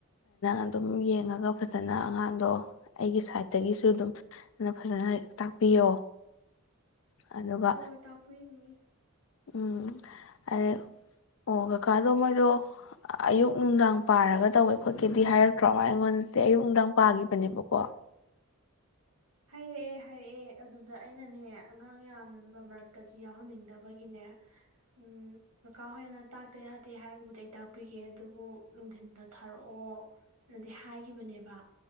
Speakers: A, on the left; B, on the right.
A: ꯑꯗꯨꯝ ꯌꯦꯡꯉꯒ ꯐꯖꯅ ꯑꯉꯥꯡꯗꯣ ꯑꯩꯒꯤ ꯁꯥꯏꯠꯇꯒꯤꯁꯨ ꯑꯗꯨꯝ ꯐꯖꯍꯦꯛ ꯇꯥꯛꯄꯤꯌꯣ ꯑꯗꯨꯒ
B: ꯍꫭꯏ ꯇꯛꯄꯤꯅꯤ
A: ꯎꯝ ꯑꯗ ꯑꯣ ꯀꯀꯥꯗꯣ ꯃꯣꯏꯗꯣ ꯑꯌꯨꯛ ꯅꯨꯡꯗꯥꯡ ꯄꯥꯔꯒ ꯇꯧꯒꯦ ꯈꯣꯠꯀꯦꯗꯤ ꯍꯥꯏꯔꯛꯇ꯭ꯔꯣ ꯃꯥ ꯑꯩꯉꯣꯟꯗꯗꯤ ꯑꯌꯨꯛ ꯅꯨꯡꯗꯥꯡ ꯄꯥꯒꯤꯕꯅꯦꯕꯀꯣ
B: ꯍꯥꯏꯔꯛꯑꯦ ꯍꯥꯏꯔꯛꯑꯦ ꯑꯗꯨꯗ ꯑꯩꯅꯅꯦ ꯑꯉꯥꯡ ꯌꯥꯝꯕ ꯃꯔꯛꯇꯗꯤ ꯌꯥꯎꯍꯟꯅꯤꯡꯗꯕꯒꯤꯅꯦ ꯎꯝ ꯀꯀꯥ ꯍꯣꯏꯅ ꯇꯥꯛꯇ ꯌꯥꯗꯦ ꯍꯥꯏꯔꯒꯕꯨꯗꯤ ꯑꯩ ꯇꯥꯛꯄꯤꯒꯦ ꯑꯗꯨꯕꯨ ꯅꯨꯡꯗꯤꯟꯗ ꯊꯥꯔꯛꯑꯣꯅꯗꯤ ꯍꯥꯏ ꯈꯤꯕꯅꯦꯕ